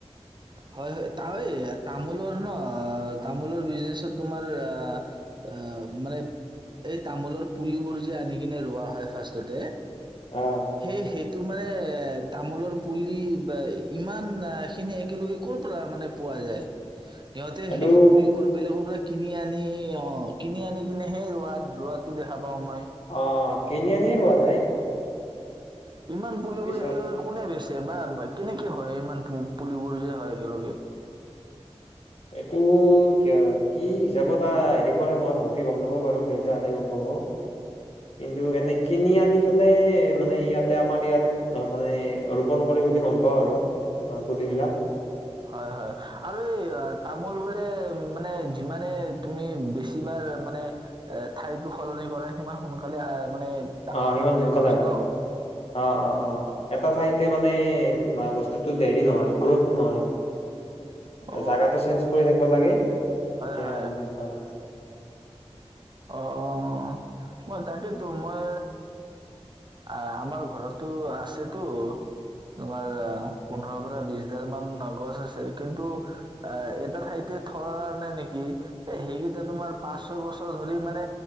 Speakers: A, on the right (about 45°); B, on the left (about 65°).
A: হয় হয়। তা এই তাম- মোলৰ ন, আ তামোলৰ বিজনেচত তোমাৰ, আ আ মানে এই তামোলৰ পুলিবোৰ যে আনি কিনে ৰোৱা হয় ফাৰ্ষ্টতে-
B: অ
A: সেই, সৈ- টো মানে, তামোলৰ পুলি বা ই ইমান আ- খিনি একেলগে কৰ পৰা মানে পোৱা যায়? সিহঁতে
B: এইটো
A: সেই পুলিবোৰ বেলেগৰ পৰা কিনি আনি আ- কিনি আনি কিনে সেই ৰোৱাত, ৰোৱাতো দেখা- পাওঁ মই
B: অঁহ, কিনি আনিয়ে ৰোৱা যায়।
A: ইমান পুলিবোৰ
B: পিছত
A: একেলগে কোনে বেচে? বা- কেনেকে হয় ইমান পু পুলিবোৰযে হয় একেলগে?
B: এইটো কিয় কি হিচাপত আ হেৰি কৰে মই ভালকে গম নাপাওঁ বাৰু, দেউতাহঁতে গম পাব। কিন্তু এনে কিনি আনি পালেই, মানে ইয়াতে আমাৰ ইয়াত মানে ৰোপণ কৰে বুলি গম পাওঁ আৰু, ম পুলিবিলাক।
A: হয় হয়, আৰু এই অ- তামোল বোলে মানে জিম- মানে তুমি বেছি- কিবাৰ মানে এ ঠাইতো সলনি কৰে সিমান সোনকালে হয়- মানে ডাঙৰ
B: অঁ সিমান
A: বোলে
B: সকালে
A: গছ
B: হয়।
A: ন
B: অ অ অ, এটা ঠাইতে মানে মা বচ- স্তুটো দেৰি নহয়, গ্ৰোথ নহয়।
A: অ
B: অঁ জাগাতটো চেঞ্জ কৰি থাকিব লাগে।
A: হয়
B: তেতিয়া
A: হয়
B: মানে ভাল হ‌য়।
A: অহ, মই তাকেতো মই আ আমাৰ ঘৰতো আছেতো, তোমাৰ পোন্ধৰৰ পৰা বিশডালমান অ গছ আছে। কিন্তু আ এটা ঠাইতে থোৱা কাৰণে নেকি। এই সেইকেটা তোমাৰ পাঁচ-ছয় বছ- ছৰ ধৰি মানে